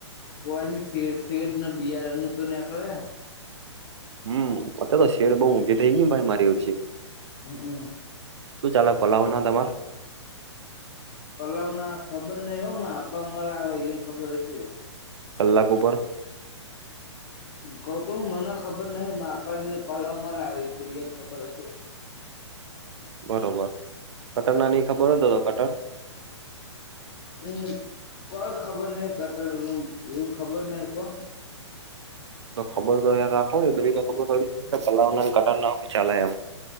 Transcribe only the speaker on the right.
હમ, અત્યારે તો શેડ બઉુ ઊઘી થઇ ગયા ભાઈ.
શું ચાલે પલાવના તમાર?
કલાક ઉપર?
બરોબર, કટરના ની ખબર હોતો તો કટર?
તો ખબર તો યાર રાખો બધી તો ખબર પડી છે કે, પલાવના કટરના ચલે એમ.